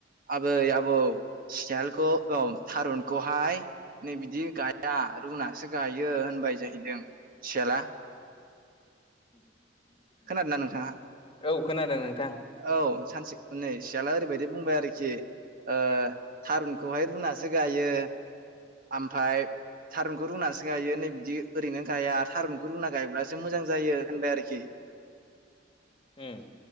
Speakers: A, on the right (about 50°); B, on the left (about 30°).
A: आबै आबौ सियालखौ औ थारुनखौहायो नै बिदि गाया रुनानैसो गायो होनबाय जाहैदों सियाला
B: <inaudible>
A: खोनादोना नोंथाङा?
B: औ खोनादों नोंथां
A: औ सानसे नै सियाला ओरैबायदि बुंबाय आरोखि ओ थारुनखौहाय रुनासो गायो आमफायो थारुनखौ रुनासो गायो नै बिदि ओरैनो गाया थारुनखौ रुना गायब्लासो मोजां जायो होनबाय आरोखि
B: उम